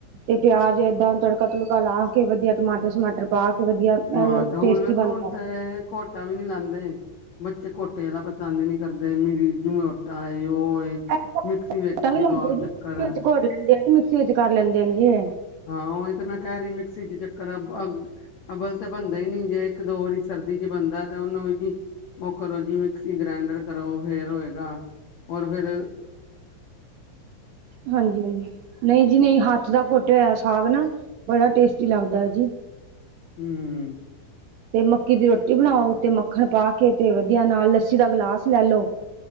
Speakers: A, on the right; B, on the left.
A: ਤੇ ਪਿਆਜ ਏਦਾਂ ਤੜਕਾ-ਤੁੜਕਾ ਲਾ ਕੇ ਵਧੀਆ ਟਮਾਟਰ ਸ਼ਮਾਟਰ ਪਾ ਕੇ ਵਧੀਆ ਟੇਸਟੀ
B: ਹਾਂ ਤੇ ਹੁਣ ਵੇਖੋ
A: ਬਣਦਾ
B: ਹੁਣ
A: ਵਾ
B: ਤੇ ਕੋਟਾ ਵੀ ਨੀ ਲਾਂਦੇ। ਬੱਚੇ ਕੋੋਟੇ ਆਲਾ ਪਸੰਦ ਈ ਨੀ ਕਰਦੇ ਮੇਰੀ ਮੋਟਾ ਏ ਓ ਏ
A: <unintelligible>
B: ਮਿਕਸੀ ਵਿੱਚ ਜੀ ਦਵਾਓ
A: ਮਿਕਸੀ
B: ਚੱਕਰ
A: ਵਿੱਚ ਕਰ ਲੈਂਦੇ ਆ ਜੀ ਐ।
B: ਹਾਂ ਓਈ ਤਾਂ ਮੈਂ ਕੈ ਰੀ ਮਿਕਸੀ <unintelligible> ਅਬਲ ਤਾਂ ਬਣਦਾ ਈ ਨੀ ਜੇ ਇੱਕ ਦੋ ਵਾਰੀ ਸਰਦੀ ਚ ਬਣਦਾ ਤੇ ਓਨੂੰ ਜੀ ਓ ਕਰੋ ਜੀ ਮਿਕਸੀ ਗ੍ਰੈਂਡਰ ਕਰੋ ਫੇਰ ਹੋਏਗਾ। ਓਰ ਫੇਰ
A: ਹਾਂਜੀ-ਹਾਂਜੀ ਨਈ ਜੀ ਨਈ ਹੱਥ ਦਾ ਘੋਟਿਆ ਹੋਇਆ ਸਾਗ ਨਾ ਬੜਾ ਟੇਸਟੀ ਲੱਗਦਾ ਜੀ।
B: ਹੂੰ।
A: ਤੇ ਮੱਕੀ ਦੀ ਰੋਟੀ ਬਣਾਓ ਤੇ ਮੱਖਣ ਪਾ ਕੇ ਤੇ ਵਧੀਆ ਨਾਲ ਲੱਸੀ ਦਾ ਗਲਾਸ ਲੈ ਲੋ।